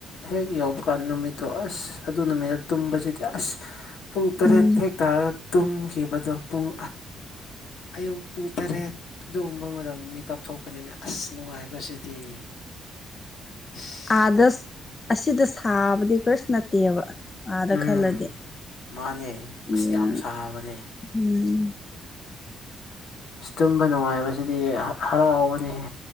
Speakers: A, on the left (about 75°); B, on the left (about 30°).
A: ꯍꯦꯛ ꯌꯧꯕ ꯀꯥꯟꯗ ꯅꯨꯃꯤꯠꯇꯣ ꯑꯁ ꯑꯗꯨ ꯅꯨꯃꯤꯠꯇ ꯇꯨꯝꯕꯁꯤꯗꯤ ꯑꯁ ꯄꯨꯡ ꯇꯔꯦꯠ
B: ꯎꯝ
A: ꯍꯦꯛ ꯇꯔꯥ ꯇꯨꯝꯈꯤꯕꯗꯣ ꯄꯨꯡ ꯑꯌꯨꯛ ꯄꯨꯡ ꯇꯔꯦꯠ ꯑꯗꯨꯒꯨꯝꯕ ꯃꯇꯝꯗꯗ ꯃꯤꯀꯞ ꯊꯣꯛꯄꯅꯤꯅ ꯑꯁ ꯅꯨꯡꯉꯥꯏ ꯕꯁꯤꯗꯤ ꯏꯁ
B: ꯑꯥꯗꯁ ꯑꯁꯤꯗ ꯁꯥꯕꯗꯤ ꯀꯔꯤꯁꯨ ꯅꯠꯇꯦꯕ꯫ ꯑꯥꯗ
A: ꯎꯝ
B: ꯈꯜꯂꯗꯤ
A: ꯃꯥꯅꯦ
B: ꯑꯗꯨꯅ
A: ꯑꯁ ꯌꯥꯝ ꯁꯥꯕꯅꯦ
B: ꯎꯝ
A: ꯇꯨꯝꯕ ꯅꯨꯡꯉꯥꯏꯕꯁꯤꯗꯤ ꯍ ꯍꯔꯥꯎꯕꯅꯤꯍꯦ